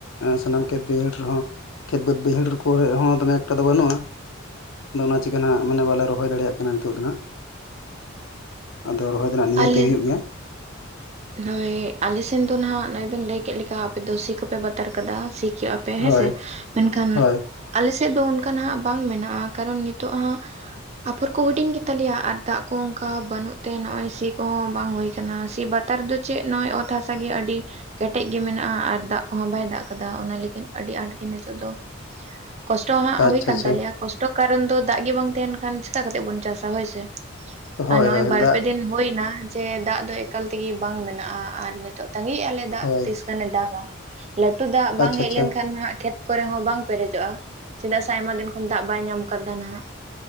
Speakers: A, on the left; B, on the right.
A: ᱥᱟᱱᱟᱢ ᱠᱷᱮᱛ ᱵᱟᱹᱭᱦᱟᱹᱲ ᱨᱮᱦᱚᱸ ᱠᱷᱮᱛ ᱵᱟᱹᱫᱽ ᱵᱟᱹᱭᱦᱟᱹᱲ ᱠᱚᱨᱮᱦᱚᱸ ᱫᱚᱢᱮ ᱮᱠᱴᱟ ᱫᱚ ᱵᱟᱹᱱᱩᱜᱼᱟ <unintelligible> ᱚᱱᱟ ᱪᱤᱠᱟᱹ ᱱᱷᱟᱜ ᱢᱟᱱᱮ ᱵᱟᱞᱮ ᱨᱚᱦᱚᱭ ᱫᱟᱲᱮᱭᱟᱜ ᱠᱟᱱᱟ ᱱᱤᱛᱚᱜ ᱫᱚ ᱱᱟᱦᱟᱜ ᱟᱫᱚ ᱨᱚᱦᱚᱭ ᱚᱱᱠᱟᱱᱟᱜ <unintelligible> ᱱᱤᱭᱟᱹ
B: ᱟᱞᱮ
A: ᱛᱮ ᱦᱩᱭᱩᱜ ᱜᱮᱭᱟ
B: ᱦᱳᱭ ᱟᱞᱮᱥᱮᱱ ᱫᱚ ᱱᱟᱦᱟᱜ ᱱᱚᱜᱚᱭ ᱵᱮᱱ ᱞᱟᱹᱭ ᱠᱮᱫ ᱞᱮᱠᱟ ᱟᱯᱮ ᱫᱚ ᱥᱤ ᱠᱚᱯᱮ ᱵᱟᱛᱟᱨ ᱠᱟᱫᱟ ᱥᱤ <unintelligible> <unintelligible> ᱯᱮ ᱦᱮᱸ
A: ᱦᱳᱭ
B: ᱥᱮ ᱢᱮᱱᱠᱷᱟᱱ
A: ᱦᱳᱭ
B: ᱟᱞᱮ ᱥᱮᱫ ᱫᱚ ᱚᱱᱠᱟ ᱦᱟᱜ ᱵᱟᱝ ᱢᱮᱱᱟᱜᱼᱟ ᱠᱟᱨᱚᱱ ᱱᱤᱛᱚᱜ ᱦᱟᱜ ᱟᱯᱷᱚᱨ ᱠᱚ ᱦᱩᱰᱤᱧ ᱜᱮ ᱛᱟᱞᱮᱭᱟ ᱟᱨ ᱫᱟᱜ ᱠᱚ ᱚᱱᱠᱟ ᱵᱟᱹᱱᱩᱜ ᱛᱮ ᱱᱚᱜᱼᱚᱭ ᱥᱤ ᱠᱚᱦᱚᱸ ᱵᱟᱝ ᱦᱩᱭ ᱟᱠᱟᱱᱟ ᱥᱤ ᱵᱟᱫᱽ ᱱᱮᱛᱟᱨ ᱫᱚ ᱪᱮᱜ ᱱᱚᱜᱼᱚᱭ ᱚᱛ ᱦᱟᱥᱟ ᱜᱮ ᱟᱹᱰᱤ <unintelligible> ᱠᱮᱴᱮᱡ ᱜᱮ ᱢᱮᱱᱟᱜᱼᱟ ᱟᱨ ᱫᱟᱜ ᱠᱚᱦᱚᱸ ᱵᱟᱭ ᱫᱟᱜ ᱠᱟᱫᱟ ᱚᱱᱟ ᱞᱟᱹᱜᱤᱫ ᱟᱹᱰᱤ ᱟᱸᱴ ᱜᱮ ᱱᱤᱛᱚᱜ ᱫᱚ ᱠᱚᱥᱴᱚ ᱦᱟᱸᱜ
A: ᱟᱪᱪᱷᱟ
B: ᱦᱩᱭ ᱟᱠᱟᱱ
A: ᱟᱪᱪᱷᱟ
B: ᱛᱟᱞᱮᱭᱟ ᱠᱚᱥᱴᱚ ᱠᱟᱨᱚᱱ ᱫᱚ ᱫᱟᱜ ᱜᱮ ᱵᱟᱝ ᱛᱟᱦᱮᱸᱱ ᱠᱷᱟᱱ ᱪᱤᱠᱟ ᱠᱟᱛᱮ ᱵᱚᱱ ᱪᱟᱥᱟ ᱦᱳᱭᱥᱮ
A: ᱦᱳᱭ
B: ᱟᱨ ᱱᱚᱜᱼᱚᱭ
A: ᱦᱳᱭ
B: ᱵᱟᱨ
A: ᱫᱟᱜ
B: ᱯᱮ ᱫᱤᱱ ᱦᱩᱭᱮᱱᱟ ᱡᱮ ᱫᱟᱜ ᱫᱚ ᱮᱠᱟᱞ ᱛᱮᱜᱮ ᱵᱟᱝ ᱢᱮᱱᱟᱜᱼᱟ ᱟᱨ ᱱᱤᱛᱚᱜ ᱫᱷᱟᱹᱵᱤᱡ ᱟᱞᱮ ᱫᱟᱜ
A: ᱦᱳᱭ
B: ᱛᱤᱥ ᱜᱟᱱᱮ ᱫᱟᱜᱟ ᱞᱟᱹᱴᱩ ᱫᱟᱜ ᱵᱟᱝ
A: ᱟᱪᱪᱷᱟ
B: ᱦᱮᱡ
A: ᱟᱪᱪᱷᱟ
B: ᱞᱮᱱᱠᱷᱟᱱ ᱱᱟᱦᱟᱜ ᱠᱷᱮᱛ <unintelligible> ᱠᱚᱨᱮ ᱦᱚᱸ ᱵᱟᱝ ᱯᱮᱨᱮᱡᱚᱜᱼᱟ ᱪᱮᱫᱟᱜ ᱥᱮ ᱟᱭᱢᱟ ᱫᱤᱱ ᱠᱷᱚᱱ ᱫᱟᱜ ᱵᱟᱭ ᱧᱟᱢ ᱠᱟᱫᱟ ᱱᱟᱦᱟᱜ